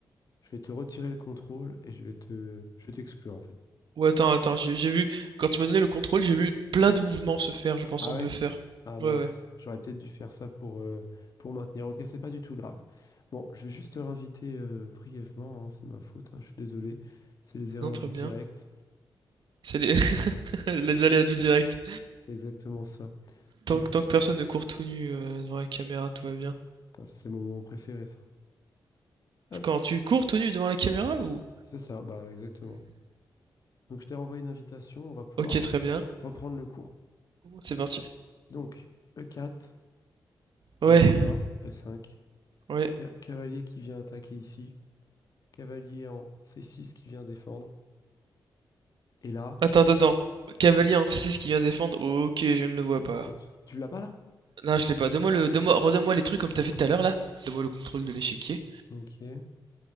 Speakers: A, on the left; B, on the right.
A: Je vais te retirer le contrôle et je vais te... Je vais t'exclure, en fait.
B: Ouais, attends, attends, j'ai j'ai vu... Quand tu m'as donné le contrôle, j'ai vu plein de mouvements se faire, je pense
A: Ah
B: en buffer.
A: ouais? Ah mince.
B: Ouais, ouais.
A: J'aurais peut-être dû faire ça pour, euh, pour maintenir. Ok, c'est pas du tout grave. Bon, je vais juste te réinviter euh, brièvement. hein, C'est ma faute. hein, Je suis désolé. C'est les erreurs
B: Non, très
A: du
B: bien.
A: direct.
B: C'est les... <laughs> Les aléas du direct.
A: C'est exactement ça.
B: Tant,
A: Donc, je
B: que- tant que personne ne court tout nu euh, devant la caméra, tout va bien.
A: Putain, Ça, c'est mon moment préféré, ça. Hop,
B: Quand tu cours tout nu devant la caméra ou...
A: c'est ça, bah exactement. Donc, je t'ai renvoyé une invitation, on va pouvoir
B: Ok, très
A: euh,
B: bien.
A: reprendre le cours.
B: C'est parti.
A: Donc, E4,
B: Ouais,
A: on est d'accord, E5,
B: ouais.
A: ca- cavalier qui vient attaquer ici, cavalier en C6 qui vient défendre, et là,
B: Attends,
A: le...
B: attends, attends. Cavalier, hein, c'est c'est ce qui vient défendre. Ok, je ne le vois pas.
A: là, tu tu l'as pas là?
B: Non, je l'ai pas. Donne-moi le, donne-moi, redonne-moi les trucs comme t'as fait tout à l'heure là. Donne-moi le contrôle de l'échiquier.
A: Ok, là